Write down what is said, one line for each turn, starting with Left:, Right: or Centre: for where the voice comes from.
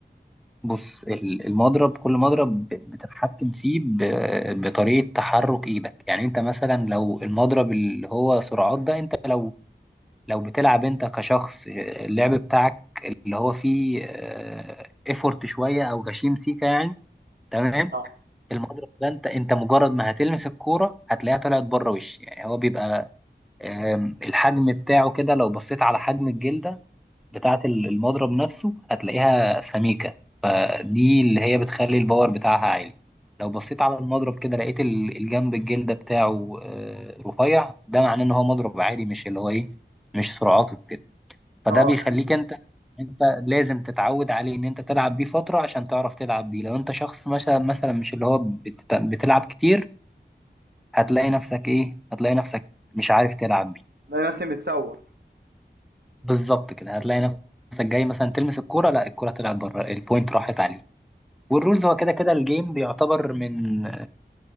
Centre: بص ال- المضرب كل مضرب ب- بتتحكم فيه ب- بطريقة تحرك ايدك يعني انت مثلا لو المضرب اللي هو سرعات ده انت لو لو بتلعب انت كشخص آه، اللعب بتاعك اللي هو فيه ايفورت شوية او غشيم سيكا يعني تمام
Right: اه
Centre: المضرب ده انت انت مجرد ما هتلمس الكورة هتلاقيها طلعت بره وش يعني هو بيبقى آم، الحجم بتاعه كده لو بصيت على حجم الجلدة بتاعة ال- المضرب نفسه هتلاقيها سميكة فدي اللي هي بتخلي الباور بتاعها عالي لو بصيت على المضرب كده لقيت ال- الجنب الجلدة بتاعه آه، رفيع ده معناه ان هو مضرب عادي مش اللي هو ايه مش سرعاته كده فده
Right: اه
Centre: بيخليك انت انت لازم تتعود عليه ان انت تلعب بيه فترة عشان تعرف تلعب بيه لو انت شخص مثلا مثلا مش اللي هو بت- بتلعب كتير هتلاقي نفسك ايه هتلاقي نفسك مش عارف تلعب بيه
Right: <laughs> لا ناسي متسوح
Centre: بالظبط كده هتلاقي نفسك جاي مثلا تلمس الكوره لا الكوره طلعت بره البوينت راحت عليه والرولز هو كده كده الجيم بيعتبر من